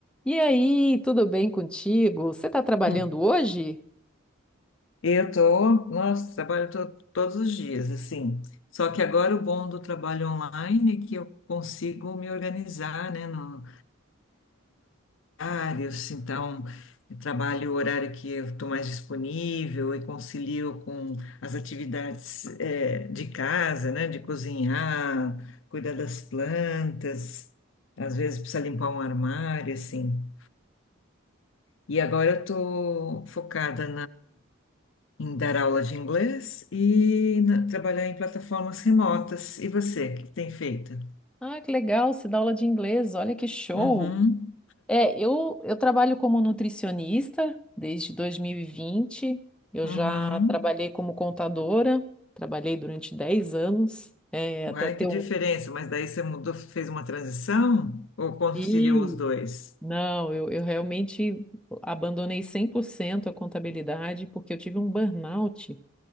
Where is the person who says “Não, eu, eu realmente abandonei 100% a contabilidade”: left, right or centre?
Centre